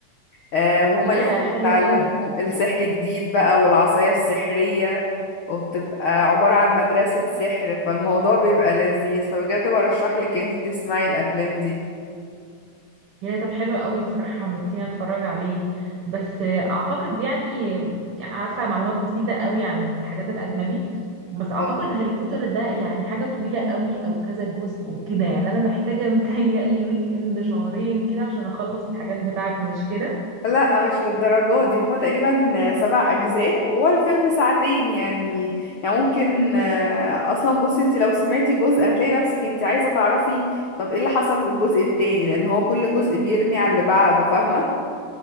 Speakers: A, on the left; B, on the right.
A: آه وهما
B: ياه
A: لسه
B: حلو
A: بيتعلموا
B: قوي
A: السحر جديد بقى والعصاية السحرية وبتبقى عبارة عن مدرسة سحر فالموضوع بيبقى لذيذ فبجد برشح لك انتي تسمعي الأفلام دي
B: يعني طب حلو قوي بصراحة حمستيني اتفرج عليه بس اعتقد يعني يعني عارفة معلومات بسيطة قوي عن الحاجات الاجنبي بس اعتقد
A: اه
B: هاري بوتر ده يعني حاجة طويلة قوي او كذا جزء وكده يعني انا محتاجة <laughs> متهيألي ويك اند شهرين كده عشان اخلص الحاجات بتاعته مش كده
A: لا مش للدرجة دي هما تقريبا سبع أجزاء وهو الفيلم ساعتين يعني يعني ممكن آه، أصلا بصي انتي لو سمعتي جزء هتلاقي نفسك انتي عايزة تعرفي طب ايه اللي حصل في الجزء التاني لأن هو كل جزء بيرمي على اللي بعده فاهمة